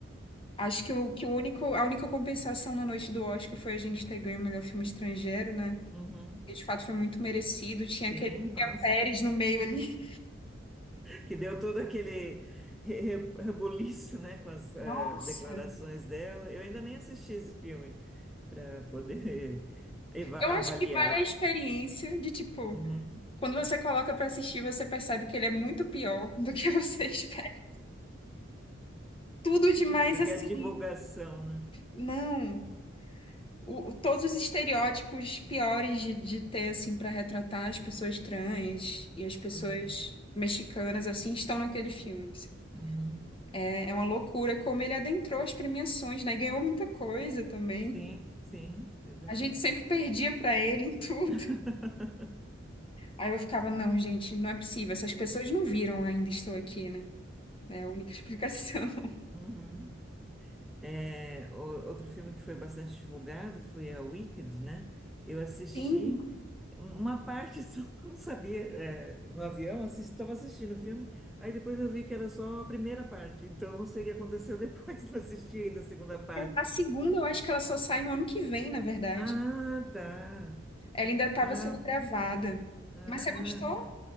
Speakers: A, on the left; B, in the centre.
A: Acho que o, que o único, a única compensação na noite do Oscar foi a gente ter ganho o melhor filme estrangeiro, né?
B: uhum,
A: E de fato foi muito merecido. Tinha
B: sim,
A: aquele
B: nossa.
A: Guia Pérez no meio ali.
B: Que deu todo aquele re- re- rebuliço, né, com
A: <laughs>
B: as ah,
A: Nossa!
B: declarações dela. Eu ainda nem assisti esse filme para poder <laughs> eva-
A: Eu
B: avaliar.
A: acho que vale a experiência de tipo,
B: Uhum.
A: quando você coloca pra assistir, você percebe que ele é muito pior <laughs> do que você <laughs> espera. Tudo demais
B: Do
A: assim.
B: a divulgação, né?
A: Não. O, o- todos os estereótipos piores de, de ter, assim, pra retratar as pessoas trans e as pessoas
B: Uhum,
A: mexicanas, assim, estão naquele filme. assim.
B: uhum.
A: É, é uma loucura como ele adentrou as premiações, né? E ganhou muita coisa também.
B: Sim, sim, verdade.
A: A gente sempre perdia pra ele em tudo.
B: <laughs>
A: <laughs> Aí eu ficava, não, gente, não é possível. Essas pessoas não viram ainda estou aqui, né? É a única explicação. <laughs>
B: Uhum. É, o- outro filme que foi bastante divulgado foi a Wicked, né? Eu assisti
A: Sim,
B: um, uma parte só, <laughs> não sabia, é, no avião, estava assistindo o filme, aí depois eu vi que era só a primeira parte, então não sei o que aconteceu depois, <laughs> não assisti ainda a segunda parte.
A: a segunda eu acho que ela só sai no ano que vem, na verdade.
B: Ah, tá.
A: Ela ainda estava
B: Ah,
A: sendo gravada.
B: ah,
A: Mas você gostou?